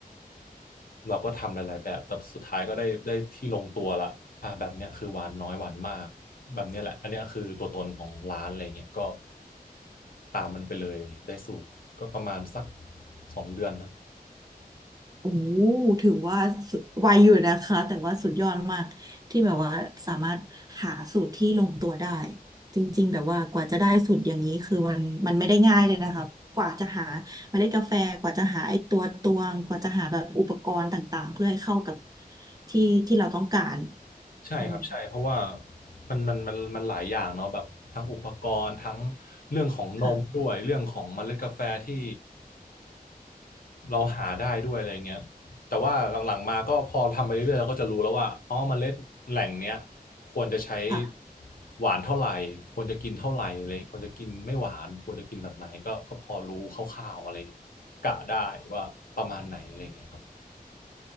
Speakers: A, on the left; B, on the right.
A: เราก็ทำหลายๆแบบแต่สุดท้ายก็ได้ได้ที่ลงตัวละอ่าแบบเนี้ยคือหวานน้อยหวานมาก แบบเนี้ยแหละอันเนี้ยคือตัวตนของร้านอะไรเงี้ยก็ตามมันไปเลยได้สูตรก็ประมาณสักสองเดือนครับ
B: โอ้ถือว่าสุดไวอยู่นะคะแต่ว่าสุดยอดมากที่แบบว่าสามารถหาสูตรที่ลงตัวได้จริงๆแบบว่ากว่าจะได้สูตรอย่างนี้คือมันมันไม่ได้ง่ายเลยนะคะกว่าจะหาเมล็ดกาแฟกว่าจะหาไอ้ตัวตวงกว่าจะหาแบบอุปกรณ์ต่างๆเพื่อให้เข้ากับที่ที่เราต้องการ
A: ใช่ครับ
B: อืม
A: ใช่ เพราะว่ามันมันมันมันหลายอย่างเนาะแบบทั้งอุปกรณ์ทั้งเรื่องของนมด้วย
B: ค่ะ
A: เรื่องของเมล็ดกาแฟที่ เราหาได้ด้วยอะไรเงี้ยแต่ว่าหลังๆมาก็พอทำไปเรื่อยๆเราก็จะรู้แล้วว่าอ๋อเมล็ดแหล่งเนี้ยควรจะใช้
B: ค่ะ
A: หวานเท่าไหร่ควรจะกินเท่าไหร่อะไรควรจะกินไม่หวานควรจะกินแบบไหนก็ก็พอรู้คร่าวๆอะไรเงี้ยครับกะได้ว่าประมาณไหนอะไรเงี้ยครับ